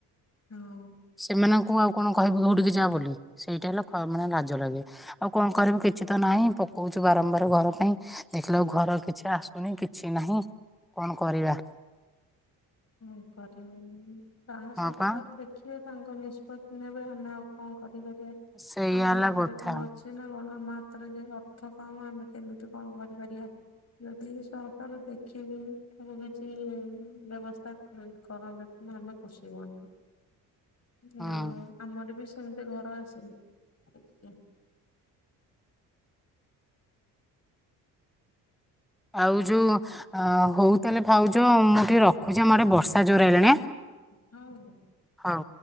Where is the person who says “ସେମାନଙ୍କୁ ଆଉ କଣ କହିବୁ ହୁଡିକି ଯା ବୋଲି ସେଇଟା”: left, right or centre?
Centre